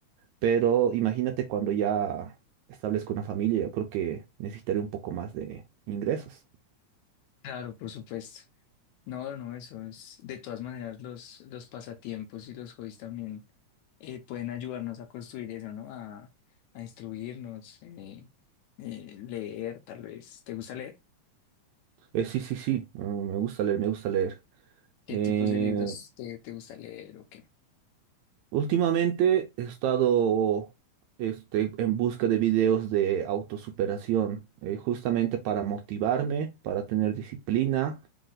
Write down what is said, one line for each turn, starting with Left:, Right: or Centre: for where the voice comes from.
Right: Pero imagínate cuando ya establezco una familia, yo creo que necesitaré un poco más de ingresos.
Left: Claro, por supuesto. No, no, eso es, de todas maneras, los, los pasatiempos y los hobbies también eh, pueden ayudarnos a construir eso, ¿no? A, a instruirnos, eh, eh, leer, tal vez. ¿Te gusta leer?
Right: Eh, sí, sí, sí, mm, me gusta leer, me gusta leer.
Left: ¿Qué
Right: Eh,
Left: tipos de libros te, te gusta leer o qué?
Right: últimamente he estado este, en busca de videos de autosuperación, eh, justamente para motivarme, para tener disciplina,